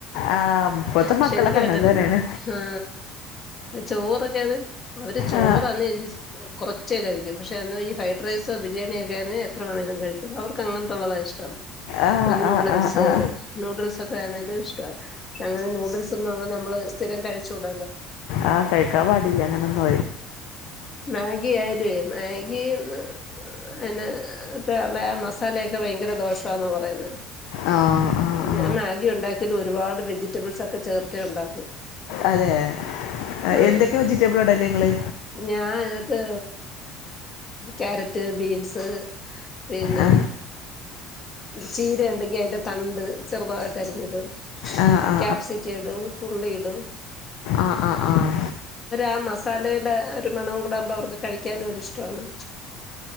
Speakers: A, on the left; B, on the left.
A: ആ ഇപ്പത്തെ
B: പക്ഷെ
A: മക്കളൊക്കെ
B: എനിക്ക് പറ്റത്തില്ല
A: അങ്ങനെ തന്നെയാണ്
B: ആ ചോറൊക്കെ അത് അവര് ചോറന്ന്
A: ആ
B: കൊറച്ചൊക്കെ പക്ഷെ അ ഈ ഫൈഡ്റൈസോ ബിരിയാണിയൊക്കൊണ് എത്ര വേണേങ്കിലും കഴിച്ചത് അവർക്ക് അങ്ങനത്തെുള്ളത ഇഷ്ടം
A: ആ
B: നൂഡിൽസ്
A: ആ ആ ആ
B: നൂഡിൽസ് ഒക്കെ ആണേലും ഇഷ്ട അങ്ങനെ നൂഡിൽസ് ഒന്നും അങ്ങനെ നമ്മള് സ്ഥിരം കഴിച്ച ചൂടല്ലോ
A: ആഹ് കഴിക്കാൻ പാടില്ല അങ്ങനന്നും
B: മാഗി ആയാലൊ മാഗിന്ന് അയ്ന് ഇപ്പ ലെ മസാലയൊക്കെ ഭയങ്കര ദോഷാന്നാ പറയുന്നെ
A: ആ ആ ആ
B: ഞ മാഗി ഉണ്ടാക്ക്യത് ഒരുപാട് വെജിറ്റബിൾസ് ഒക്കെ ചേർത്തെ ഉണ്ടാക്കും
A: അതെ ആ,
B: ആഹ്
A: എന്തൊക്കെ വെജിറ്റബിൾ ഇടല്ലേ നിങ്ങള്
B: ഞാൻ അയ്നത്ത് ക്യാരറ്റ് ബീൻസ് പിന്നെ
A: ആ
B: ചീര ഇണ്ടെങ്കി അതിന്റെ തണ്ട് ചെറുതായിട്ട് അരിഞ്ഞിടും
A: ആ ആ
B: ക്യാപ്സിക് ഇടും ഉള്ളി ഇടും
A: ആഹ്ആഹ് ആഹ്
B: ആ മസാലയുടെ ഒരു മണ ഉംകൂടാ ഉമ്പോ അവർക്ക് കഴിക്കാനൊരി ഷ്ടാണ്